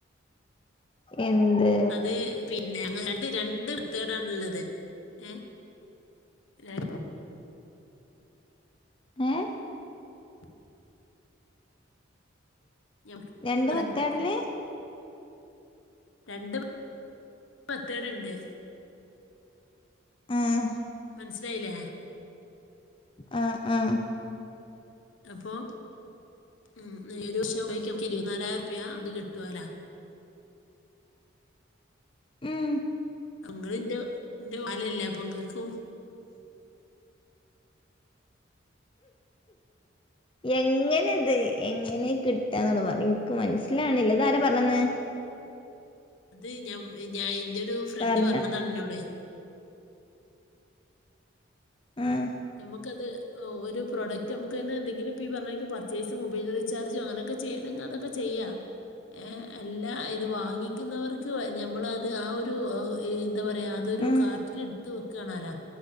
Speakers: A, on the left; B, on the left.
A: എന്ത്
B: അത് പിന്നെ ഞങ്ങ രണ്ട് തേടണള്ളത് ഏ ല്ലേ
A: ഏ
B: <inaudible> ഞത്നം
A: രണ്ട് മെത്തേഡില്
B: കിട്ടു രണ്ട് മെത്തേടു ഇണ്ട്
A: ആഹ്
B: മനസിലായില്ലേ
A: ആ ആ
B: അപ്പൊ മം ഒരു <unintelligible> ഇരുമ്പത്തി നാലായിരം റുപ്യ നമുക്ക് കിട്ടുവല്ലോ <unintelligible>
A: മം
B: ഇങ്ങൾ ഇന്റെ വൽ ആല്ലെ ആപ്പൊ ഇങ്ങൾക്കും
A: എങ്ങനെത് എങ്ങനെ കിട്ട ട്ടന്നോ പറി ഇനിക്ക് മനസ്സിലാണ്ല്ല ഇതാര പറഞ്ഞ്തന്നെ
B: അത് ഞാൻ ഞാൻ എന്റെ ഒരു ഫ്രണ്ട്
A: പറഞ്ഞ
B: പറഞ്ഞതാണ് ഇന്നോട്
A: ആഹ്
B: ഞമ്മക്കത് ഓ ഒരു പ്രൊഡക്റ്റ് നമുക്ക് അതിനു എന്തെങ്കിലും പറഞ്ഞ പർച്ചേസ് മൊബൈൽ റിചാർജും അങ്ങനൊക്കെ ചെയ്യണെങ്കിൽ അതൊക്കെ ചെയ്യ യ്യാം ഏ അല്ല ഇത് വാങ്ങിക്കുന്നവർക്ക് ഞമ്മൾ അത് ആ ഒരു എന്താ പറയാ അത് ഒരു
A: ആഹ്
B: കാർട്ടിൽ ഇട്ട് വെക്കുവാണല്ലോ